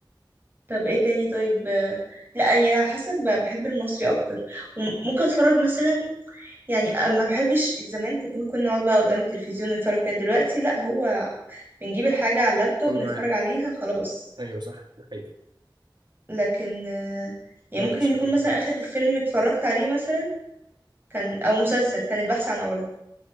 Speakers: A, on the right; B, on the right.
A: طب ايه تاني طيب آه، لا يعني حسب ب- بحب المصري اكتر وممكن اتفرج مثلا يعني آه، ما بحبش زمان كنت ممكن نقعد بقى قدام التلفزيون نتفرج كده دلوقتي لا هو بنجيب الحاجه على اللابتوب
B: جامدة
A: نتفرج
B: يعني.
A: عليها خلاص
B: ايوه صح ده حقيقي
A: لكن آه، يعني
B: ما
A: ممكن
B: فيش
A: يكون
B: حد بيبقى.
A: مثلا آخر فيلم اتفرجت عليه مثلا كان أو مسلسل كان البحث عن علا